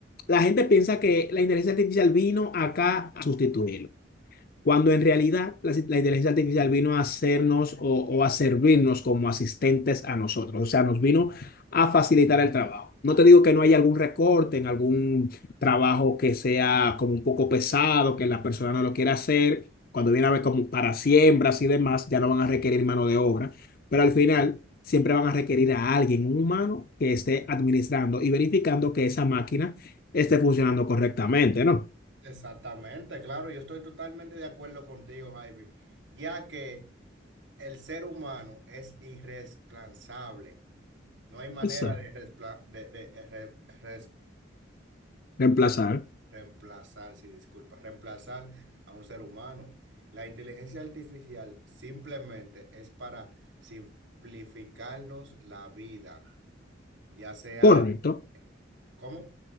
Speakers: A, on the left; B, on the right.
A: la gente piensa que la inteligencia artificial vino acá a sustituirlo. Cuando en realidad la, la inteligencia artificial vino a hacernos o, o a servirnos como asistentes a nosotros, o sea, nos vino a facilitar el trabajo. No te digo que no haya algún recorte en algún trabajo que sea como un poco pesado, que la persona no lo quiera hacer, cuando viene a ver como para siembras y demás, ya no van a requerir mano de obra, pero al final siempre van a requerir a alguien, un humano, que esté administrando y verificando que esa máquina esté funcionando correctamente, ¿no?
B: Exactamente, claro, yo estoy totalmente de acuerdo contigo, Javi, ya que el ser humano es irreemplazable. No hay manera
A: Eso,
B: de, respla- de, de- de re- res-
A: reemplazar,
B: Reemplazar, sí, disculpa, reemplazar a un ser humano. La inteligencia artificial simplemente es para simplificarnos la vida, ya sea,
A: correcto.
B: en- ¿cómo?